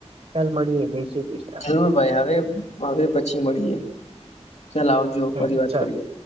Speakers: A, on the right; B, on the left.
A: ચાલ મળીએ જય શ્રી કૃષ્ણ.
B: જરૂર ભાઈ હવે હવે પછી મળીએ ચાલ આવજો
A: હમ
B: ફરી વાત
A: ચાલ
B: કરીએ